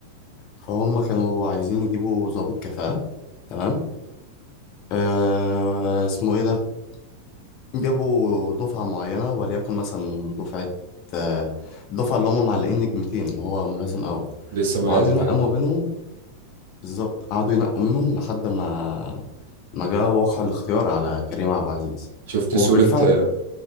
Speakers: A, on the left; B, on the right.
A: فهم كانوا عايزين يجيبوا ضابط كفاءة تمام آه اسمه ايه ده جابوا دفعة معينة وليكن مثلا دفعة آه الدفعة اللي هم معلقين نجمتين اللي هو ملازم أول
B: لسه ملازم
A: وقعدوا ينقوا
B: يعني
A: ما بينهم بالظبط قعدوا ينقوا منهم لحد ما ما جاء واقع الاختيار على كريم عبد العزيز
B: شفت
A: وبالفعل
B: صورة آه،